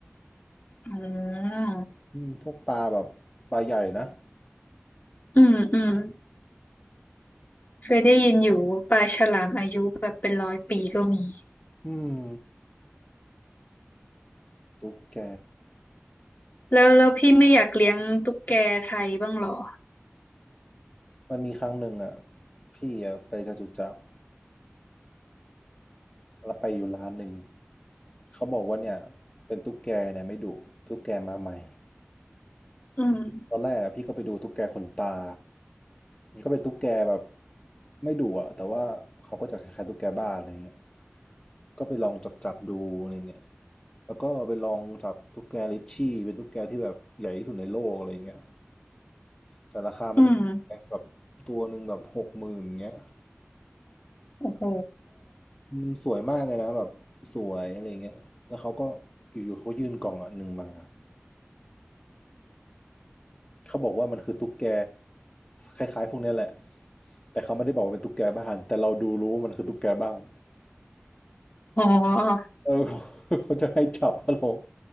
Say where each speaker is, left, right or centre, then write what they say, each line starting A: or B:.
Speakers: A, on the left; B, on the left.
A: อืม
B: อืมพวกปลาแบบปลาใหญ่นะ
A: อืมอืมเคยได้ยินอยู่ว่าปลาฉลามอายุแบบเป็นร้อยปีก็มี
B: อืมตุ๊กแก
A: แล้วแล้วพี่ไม่อยากเลี้ยงตุ๊กแกไทยบ้างเหรอ
B: มันมีครั้งหนึ่งอ่ะ พี่อ่ะไปจตุจักร เราไปอยู่ร้านหนึ่งเขาบอกว่าเนี่ยเป็นตุ๊กแกเนี่ยไม่ดุตุ๊กแกมาใหม่
A: อืม
B: ตอนแรกอะพี่ก็ไปดูตุ๊กแกขนตามันก็เป็นตุ๊กแกแบบไม่ดุอะแต่ว่าเขาก็จะคล้ายๆตุ๊กแกบ้านอะไรเงี้ยก็ไปลองจับจับดูอะไรเงี้ยแล้วก็ไปลองจับตุ๊กแกลิชชี่เป็นตุ๊กแกที่แบบใหญ่ที่สุดในโลกอะไรเงี้ยแต่ราคามัน
A: อืม
B: แบบตัวหนึ่งแบบหกหมื่นเงี้ย
A: โอ้โห
B: มันสวยมากเลยนะแบบสวยอะไรเงี้ยแล้วเขาก็อยู่ๆเขายื่นกล่องอันหนึ่งมาเขาบอกว่ามันคือตุ๊กแกคล้ายๆพวกเนี้ยแหละแต่เขาไม่ได้บอกว่าเป็นตุ๊กแกบ้านแต่เราดูรู้ว่ามันคือตุ๊กแกบ้าน
A: อ๋อ
B: เออเขาจะให้จับเรา